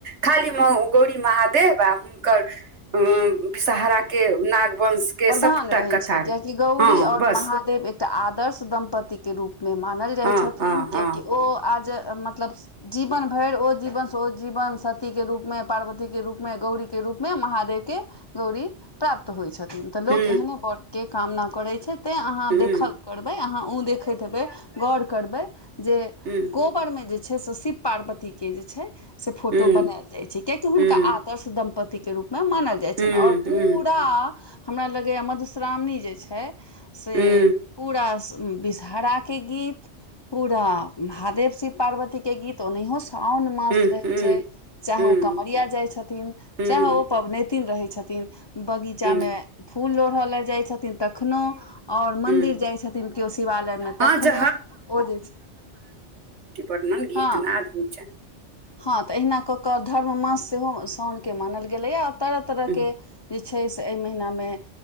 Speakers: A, on the right (about 70°); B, on the left (about 40°).
A: खाली म गौरी महादेव आ हुनकर अ विषहरा के नागवंश के
B: प्रधान
A: सबटा
B: रहे
A: कथा
B: छै कियाकि
A: रहै
B: गौरी
A: हँ
B: ओर
A: बस
B: महादेव एक त आदर्श दम्पतिके रूप मे मानल जाई
A: हँ
B: छथिन
A: हँ हँ
B: कियाकि ओ आज मतलब जीवन भरि ओ जीवन सँ ओ जीवन सती के रूप मे पार्वती के रूप मे गौरी के रूप मे महादेव के गौरी प्राप्त होइ छथिन त लोक
A: हूँ
B: एहने वर के कामना करै छै तै अहाँ
A: हूँ
B: देखल करबै अहाँ ओ देखैत हेबै गौर करबै जे
A: हूँ
B: कोप ऊपर में जे छै से शिव पार्वती के जे छै से फोटो
A: हूँ
B: बनायल जाय छै कियाकि हुनका
A: हूँ
B: आ आदर्श दंपति के रूप मे मानल जाइ
A: हूँ हूँ
B: छनि ओर
A: हूँ
B: पूरा हमरा लगैए मधुश्रावणी जे छै से
A: हूँ
B: पूरा विषहारा के गीत पूरा महादेव शिव पार्वती के गीत ओनहो छाओन मास
A: हूँ
B: रहै छै
A: हूँ
B: चाहे ओ कवरिया जाइ छथिन
A: हूँ
B: चाहे ओ पबनैत रहै छथिन बगीचा
A: हूँ
B: मे फूल लोढ़य ल जाइ छथिन तखनो ओर मंदिर
A: हूँ
B: जाइ छथिन केओ शिवालय मे
A: हँ
B: तखनो
A: जे
B: ओ जे छै
A: प्रर्णन गीत
B: हँ
A: नाद होइच
B: हँ त अहिना क क धर्म मास सेहो साओनके मानल गेलैय तरह तरह
A: छनि
B: के जे छै से एहि महिना मे